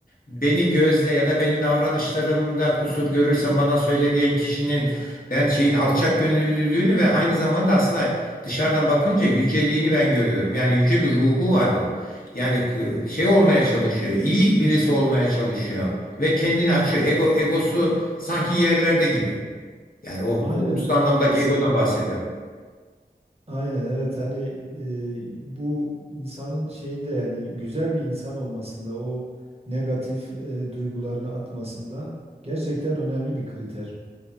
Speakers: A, on the left; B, on the right.
A: beni gözle ya da benim davranışlarımda kusur görürsen bana söyle diyen kişinin ben şeyin alçak gönüllülüğünü ve aynı zamanda aslında dışarıdan bakınca yüceliğini ben görüyorum. Yani yüce bir ruhu var bu. Yani k- şey olmaya çalışıyor, iyi birisi olmaya çalışıyor ve kendini açıyor. Ego egosu sanki yerlerde gibi. Yani o
B: Aynen
A: olumsuz
B: evet
A: anlamdaki
B: kesinlikle.
A: egodan bahsediyorum.
B: Aynen evet hani e, bu insanın şeyinde yani güzel bir insan olmasında o negatif e, duygularını atmasında gerçekten önemli bir kriter.